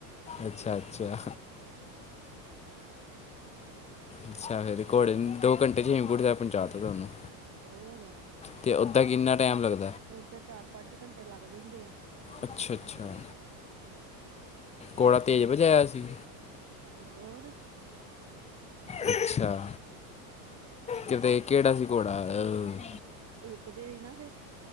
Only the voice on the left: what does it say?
ਅੱਛਾ -ਅੱਛਾ। ਅੱਛਾ ਫਿਰ ਘੋੜੇ ਦੋ ਘੰਟੇ ਹੇਮਕੁਟ ਸਾਹਿਬ ਪੰਚਾਇਤ ਤਾਂ ਤੁਹਾਨੂੰ
ਤੇ ਉਦਾਂ ਕਿੰਨਾ ਟਾਈਮ ਲੱਗਦਾ
ਅੱਛਾ- ਅੱਛਾ।
ਘੋੜਾ ਤੇਜ਼ ਭਜਾਇਆ ਸੀ।
ਅੱਛਾ ਕਿੱਦਾਂ ਕਿਹੜਾ ਸੀ ਘੋੜਾ ਅ